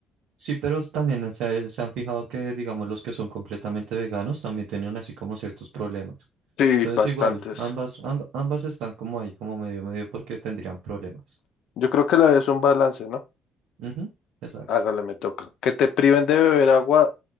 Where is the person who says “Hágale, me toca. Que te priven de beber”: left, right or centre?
Left